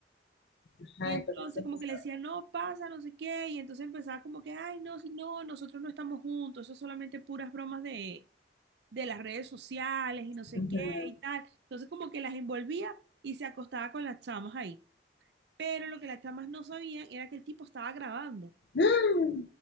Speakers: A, on the left (about 65°); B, on the right (about 65°).
A: Ajá,
B: Y entonces
A: entonces,
B: como
A: sí.
B: que le decía, no pasa, no sé qué, y entonces empezaba como que, ay, no, si no, nosotros no estamos juntos, eso es solamente puras bromas de, de las redes sociales y no sé
A: ujú.
B: qué y tal. Entonces como que las envolvía y se acostaba con las chamas ahí. Pero lo que las chamas no sabían era que el tipo estaba grabando.
A: Ah,